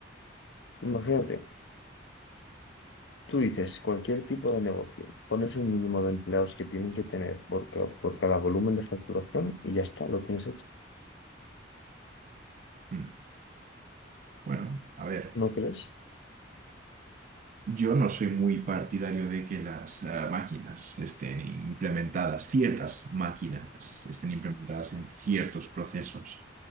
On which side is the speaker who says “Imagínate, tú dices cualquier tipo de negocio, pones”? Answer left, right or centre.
Left